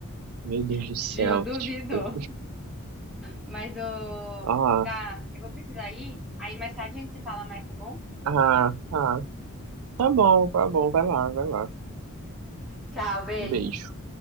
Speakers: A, on the right; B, in the centre.
A: Meu Deus do
B: Ju,
A: céu,
B: duvido.
A: tipo.
B: Mas, ô,
A: Ah,
B: Gá, eu vou precisar ir. Aí mais tarde a gente se fala mais, tá bom?
A: ah, tá. Tá bom, tá bom. Vai lá, vai lá.
B: Tchau, beijo.
A: Um beijo.